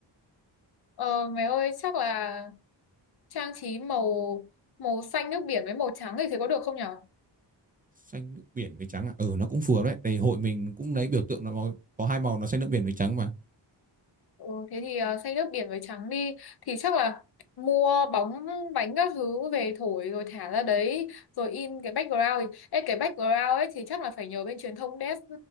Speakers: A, on the left (about 60°); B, on the right (about 20°).
A: Ờ mày ơi chắc là trang trí màu màu xanh nước biển với màu trắng thì thấy có được không nhở?
B: xanh nước biển với trắng à? ừ nó cũng phù hợp đấy tại hội mình cũng lấy biểu tượng là màu, có hai màu nó xanh nước biển với trắng mà
A: Ừ, thế thì ờ, xay nước biển với trắng đi thì chắc là mua bóng bánh các thứ về thổi rồi thả ra đấy rồi in cái background ấy cái background ấy thì chắc là phải nhờ bên truyền thông desk